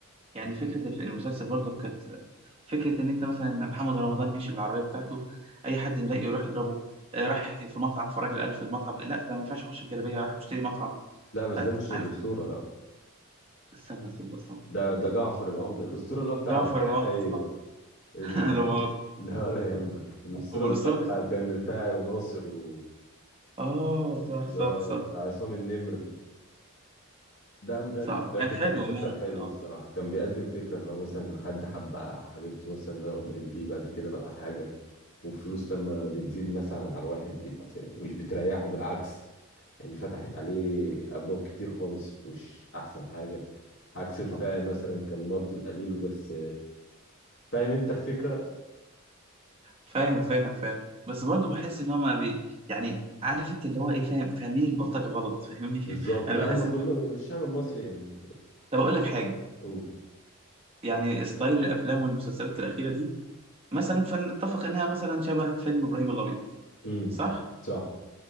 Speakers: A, on the right (about 25°); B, on the left (about 55°).
A: يعني فكرة الف- المسلسل برضو كانت فكرة إن أنت مثلا محمد رمضان يمشي بالعربية بتاعته أي حد مضايقه يروح يضربه آه، راح في مطعم فالراجل قال في المطعم لا ده ما ينفعش أخش بجلابية راح مشتري مطعم
B: لا بس
A: فعارف
B: ده مش الاسطوره لا
A: استنى صدق صح
B: ده ده جعفر العمدة الأسطورة اللي هو بتاع
A: جعفر
B: رفاعي
A: عمدة صح صح
B: ال...
A: <laughs> لا مؤاخذة
B: ده ولا يهمك الأسطورة
A: أم الأسطورة
B: ده اللي هو
A: ده
B: بتاع
A: كان
B: كان رفاعي وناصر و-
A: آه صح
B: اللي
A: صح
B: هو
A: صح
B: بتاع عصام النمر ده بجد
A: صح
B: بجد
A: كان حلو
B: كان مسلسل
A: ممكن
B: حلو
A: آه
B: الصراحة
A: شوية.
B: كان بيقدم فكرة اللي هو مثلا حد حب حبيبته مثلا ويقدر يبيه بعد كده بقى حاجة والفلوس لما بتزيد مثلا على الواحد بت... مش بتريحه بالعكس يعني فتحت عليه أبواب كتير خالص مش أحسن حاجة عكس رفاعي مثلا كان مرضي بقليله بس فاهم انت الفكرة
A: فاهم فاهم فاهم بس برضو بحس إن هما بي يعني عارف أنت اللي هو إيه فاهم فاهمين البلطجة غلط فاهمني
B: بالظبط
A: <laughs> أنا
B: لا
A: بحس
B: هم كله الشعب المصري يعني
A: طب أقول لك حاجة
B: قول
A: يعني ستايل الافلام والمسلسلات الاخيره دي مثلا فنتفق انها مثلا شبه فيلم ابراهيم الابيض
B: امم
A: صح
B: صح